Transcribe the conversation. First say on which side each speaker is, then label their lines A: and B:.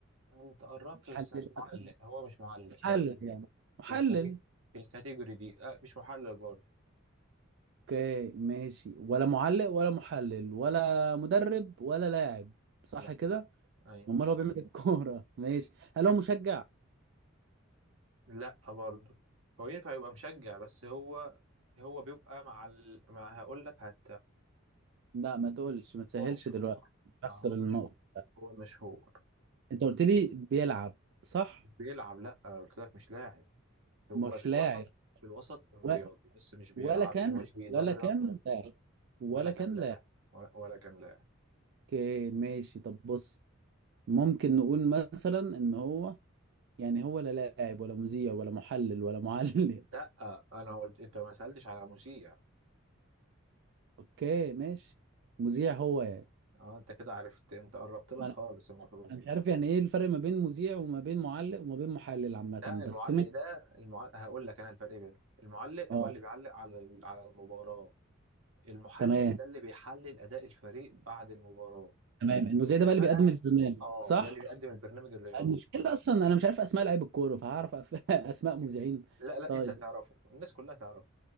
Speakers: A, on the right; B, on the right.
A: انت قربت
B: محلل
A: بس مش معلق
B: مثلا؟
A: هو مش معلق
B: محلل
A: بس
B: يعني محلل
A: في الكاتيجوري في الكاتيجوري دي آه مش محلل برضه
B: اوكي ماشي ولا معلق ولا محلل ولا مدرب ولا لاعب صح
A: لا
B: كده
A: ايوه
B: امال هو بيعمل إيه في الكوره <laughs> ماشي هل هو مشجع
A: لا برضه هو ينفع يبقى مشجع بس هو هو بيبقى مع ال... ما هقول لك هت
B: لا ما تقولش ما تسهلش
A: هو مشهور
B: دلوقتي اخسر
A: آه، هو مشهور
B: النقطه
A: هو مشهور
B: انت قلت لي بيلعب صح
A: مش بيلعب لا أنا قلت لك مش لاعب هو
B: مش
A: في
B: لاعب
A: الوسط في الوسط الرياضي
B: و...
A: بس مش بيلعب
B: ولا كان
A: ومش بيدرب
B: ولا كان لاعب ولا
A: ولا كان
B: كان
A: لاعب
B: لاعب
A: ولا ولا كان لاعب
B: اوكي ماشي طب بص ممكن نقول مثلا ان هو يعني هو لا لاعب ولا مذيع ولا محلل ولا معلق
A: لا انا قلت انت ما سألتش على مذيع
B: <laughs> اوكي ماشي مذيع هو يعني
A: اه انت كده عرفت انت قربت لك
B: ما
A: خالص
B: انا
A: المفروض
B: مش عارف يعني ايه الفرق ما بين مذيع وما بين معلق وما بين محلل عامة
A: لا المعلق
B: بس ماشي
A: ده المعلق هقول لك انا الفرق بينهم المعلق
B: اه
A: هو اللي بيعلق على ال- على المباراة المحلل
B: تمام
A: ده اللي بيحلل أداء الفريق بعد المباراة
B: تمام
A: المذيع
B: المذيع ده بقى
A: بقى
B: اللي بيقدم البرنامج
A: اه
B: صح
A: ده اللي بيقدم البرنامج الرياضي
B: المشكلة اصلا انا مش عارف اسماء لعيب الكورة فهعرف أف... <laughs> اسماء
A: بس
B: مذيعين
A: لا لا
B: طيب
A: انت تعرفه الناس كلها تعرفه